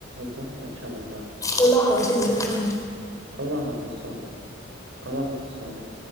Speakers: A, on the right; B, on the left.
A: بہت اچھا لگا
B: اللہ حافظ جانن
A: اللہ حافظ سو اللہ حافظ سوامک